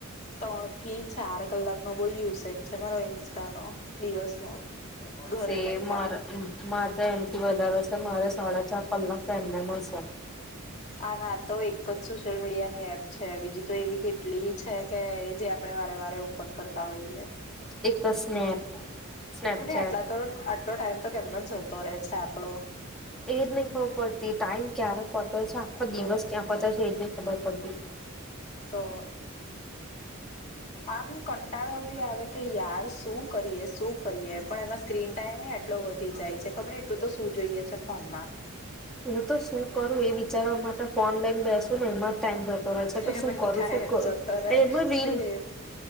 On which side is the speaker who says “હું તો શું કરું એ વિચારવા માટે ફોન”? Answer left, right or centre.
Centre